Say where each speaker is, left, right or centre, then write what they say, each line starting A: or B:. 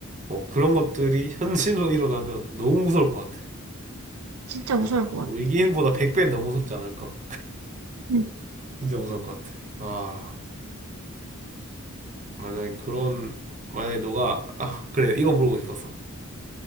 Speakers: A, on the right; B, on the right.
A: 뭐 그런 것들이 <laughs> 현실로 일어나면 너무 무서울 것 같아.
B: 진짜
A: 근데
B: 무서울 것
A: 뭐
B: 같아.
A: 외계인보다 100배는 더 무섭지 않을까?
B: 응,
A: 진짜 무서울 것 같아. 아, 만약에 그런, 만약에 너가, 아, 그래, 이거 물어보고 싶었어.